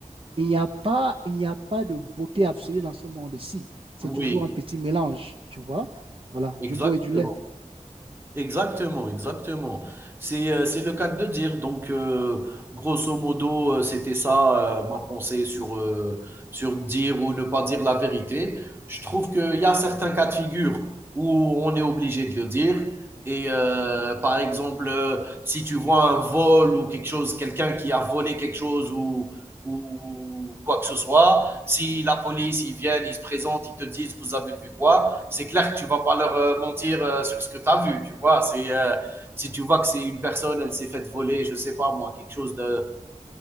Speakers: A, on the right; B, on the right.
A: il n'y a pas, il n'y a pas de beauté absolue dans ce monde-ci. C'est
B: oui.
A: toujours un petit mélange, tu vois. Voilà,
B: Exactement,
A: du beau et du laid.
B: exactement, exactement. C'est euh, c'est le cas de dire. Donc, euh, grosso modo, euh, c'était ça euh, ma pensée sur, euh, sur dire ou ne pas dire la vérité. Je trouve qu'il y a certains cas de figure où on est obligé de le dire. Et euh, par exemple, euh, si tu vois un vol ou quelque chose, quelqu'un qui a volé quelque chose ou, ou quoi que ce soit, si la police, ils viennent, ils se présentent, ils te disent, vous avez vu quoi? c'est clair que tu vas pas leur euh, mentir euh, sur ce que tu as vu, tu vois. C'est euh, si tu vois que c'est une personne, elle s'est faite voler, je sais pas moi, quelque chose de,